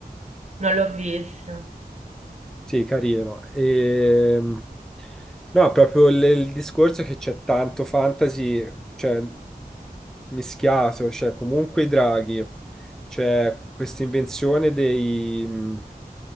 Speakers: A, on the right; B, in the centre.
A: Non l'ho visto.
B: Sì, carino. Ehm, No, proprio il, il discorso è che c'è tanto fantasy, cioè mischiato, cioè comunque i draghi, c'è questa invenzione dei... mh,